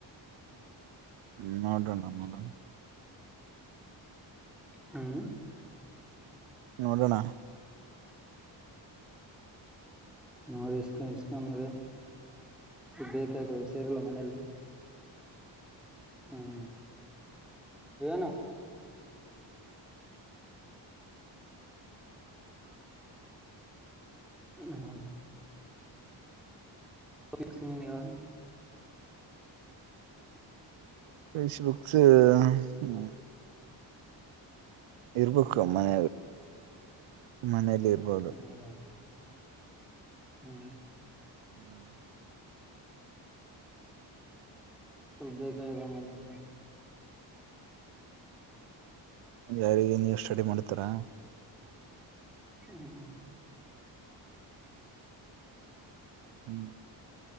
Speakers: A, on the right; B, in the centre.
A: ಹ್ಮ ನೋಡ್ರಣ ನೋಡಣ
B: ಹ್ಮ್
A: ನೋಡೋಣ
B: ನೋಡಿ ಇ ಇಸ್ಕಂದ ಬೇಕಾದರು ಸೇರಲ್ಲ ಮನಲಿ ಹ್ಮ್ ನು
A: ಹ
B: ಹ್ಮ ಹೌ ಫಿಸ್ ನೀ ನೀಾರ ಹ
A: ಫೇಸ್ಬುಕ್ಸ್ ಹ್ಮ ಇರ್ಬೇಕು ಮನ ಮನೇಲಿ ಇರ್ಬೋದು
B: ಹೌದಾ ಹ್ಮ್
A: ಹ್ಮ್
B: ಸ್ವಲ್ಪ ಬೇಕದ ಮನ
A: ಯಾರಿಗೆ ನೀವು ಸ್ಟಡಿ ಮಾಡ್ತಾರಾ
B: ಹ್ಮ
A: ಹ್ಮ್